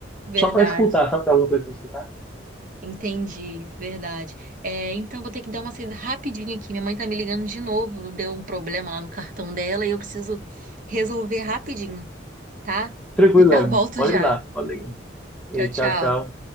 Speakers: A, on the right; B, in the centre.
A: Verdade.
B: Só pra escutar, sabe? Tem alguma coisa pra escutar?
A: Entendi, verdade. É, então vou ter que dar uma saída rapidinho aqui. Minha mãe tá me ligando de novo. Deu um problema lá no cartão dela e eu preciso resolver rapidinho, tá?
B: Tranquilo,
A: Já
B: Evelyn.
A: volto
B: Pode
A: já.
B: ir lá, pode ligar. E
A: Tchau, tchau.
B: tchau, tchau.